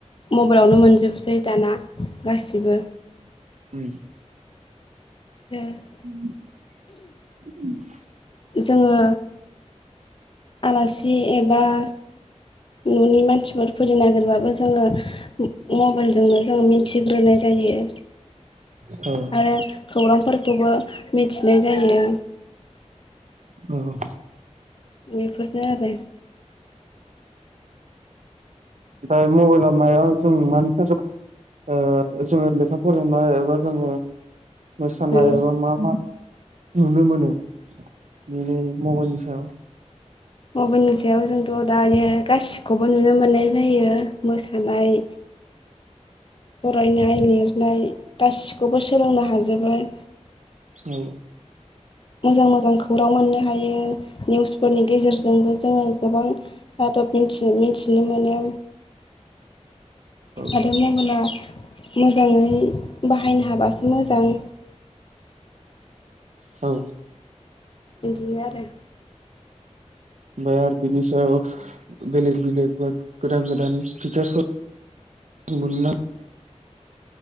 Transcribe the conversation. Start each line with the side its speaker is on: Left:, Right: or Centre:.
Left: मबाइलावनो मोनजोबसै दाना गासिबो
Right: उम
Left: <inaudible>
Right: <unintelligible>
Left: जोङो आलासि एबा न'नि मानसिफोर फैनो नागिरबाबो जोङो मबाइलजोंनो जों मिथिग्रोनाय जायो
Right: औ
Left: रो खौरांफोरखौबो मिथिनाय जायो
Right: औ
Left: बेफोरनो आरो
Right: ओमफाय मबेला माया जों मानि थाखाय ओ जोङो लेखा फरायनाय एबा जोङो मोसानाय
Left: ओं
Right: एबा मा मा नुनो मोनो बेयो मबाइलनि सायाव
Left: मबाइलनि सायाव जोंथ' दायो गासिखौबो नुनो मोननाय जायो मोसानाय फरायनाय लिरनाय गासिखौबो सोलोंनो हाजोबो आरो
Right: औ
Left: मोजां मोजां खौरां मोननो हायो निउसफोरनि गेजेरजोंबो जोङो गोबां रादाब मिनथिन मिनथिनो मोनो
Right: औ
Left: आरो मबेला मोजाङै बाहायनो हाबासो मोजां
Right: औ
Left: इदिनो आरो
Right: बा बिनि सायाव बेलेग बेलेग बा गोदान गोदान फिचारफोर मोननो